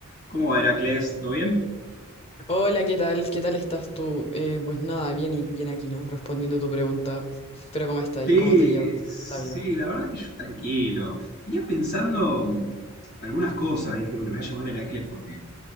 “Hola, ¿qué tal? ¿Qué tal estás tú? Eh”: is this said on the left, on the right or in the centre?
Left